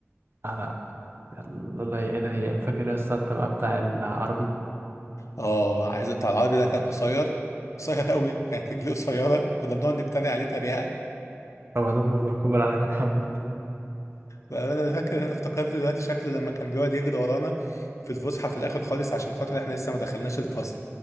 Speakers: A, on the right; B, on the left.
A: انا الله يعيدها هي فاكر يا اسطى انت بقى بتاع العربي
B: اه عايز بتاع العربي ده كان قصير قصير قوي كانت رجليه قصيره كنا بنقعد نتريق عليه تريقه
A: رمضان مبروك ابو العلمين <laughs> حمود
B: انا فاكر انا افتكرت دلوقتي شكله لما كان بيقعد يجري ورانا في الفسحه في الاخر خالص عشان خاطر احنا لسه ما دخلناش الفصل